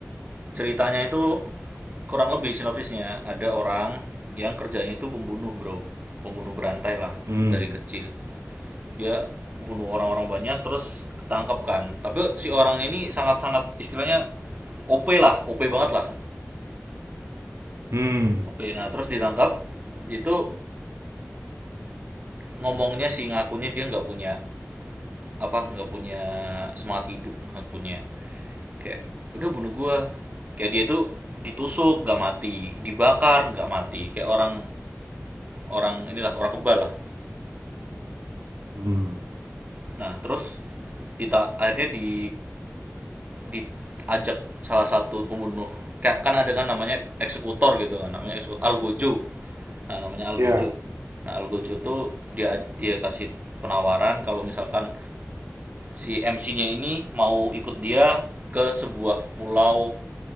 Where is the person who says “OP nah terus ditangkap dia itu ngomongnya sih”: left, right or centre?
Right